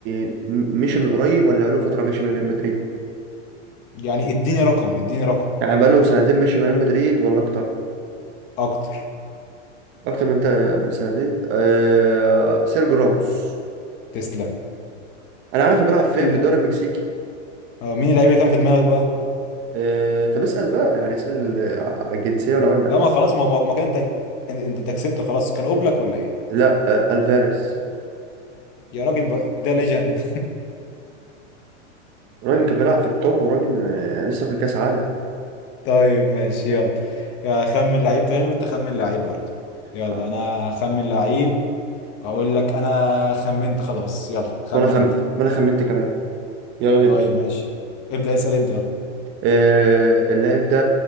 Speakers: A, on the right; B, on the left.
A: م- مشي من قريب ولا بقاله فترة ماشي من ريال مدريد؟
B: يعني اديني رقم اديني رقم
A: يعني بقاله سنتين ماشي من ريال مدريد ولا أكتر؟
B: اكتر
A: أكتر من تا- من سنتين؟ آه سيرجيو راموس
B: تسلم
A: أنا عارف هو بيلعب فين
B: مين
A: في
B: ال-
A: الدوري المكسيكي
B: اه مين اللعيب اللي كان في دماغك بقى
A: آه طب اسأل بقى يعني اسأل آه، على الجنسية وأنا أقول لك
B: لا ما خلاص ما هو ما كان انت انت أنت كسبت خلاص كان قبلك ولا ايه
A: لا آه الفاريز
B: يا راجل بقى ده ليجند
A: الراجل كان بيلعب في التوب وراجل آه، لسه في كأس عالم
B: <laughs> طيب ماشي يلا اخمن لعيب تاني وانت خمن لعيب برضه يلا
A: خ-
B: انا هخمن لعيب واقول لك انا خمنت خلاص يلا خمن
A: وأنا خم...
B: انت
A: وأنا خمنت كمان يلا نبدأ
B: طيب ماشي ابدأ اسأل انت يلا
A: آه اللاعب ده